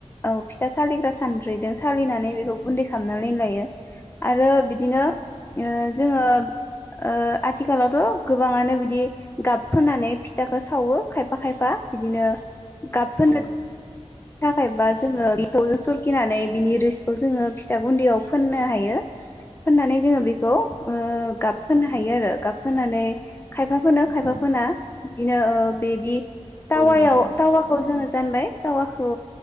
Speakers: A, on the left; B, on the right.
A: औ फिथा सालिग्रा सान्द्रि जों सालिनानै बेखौ गुन्दै खालामना लायो। आरो बिदिनो ओ जोङो ओ आथिखालावथ गोबाङानो बिदि गाब फोननानै फिथाखौ सावो खायफा खायफा बिदिनो गाब फोननो
B: औ
A: थाखायबा जोङो बिखौ सरखिनानै बिनि रोसिखौ जोङो फिथा गुन्दैयाव फोननो हायो। फोननानै जोङो बेखौ खौ ओ गाब फोननो हायो आरो गाब फोननानै खायफा फोनो खायफा
B: औ
A: फोना बिदिनो ओ बेदि तावायाव
B: औ नंगौ
A: तावाखौ जोङो जानबाय तावाखौ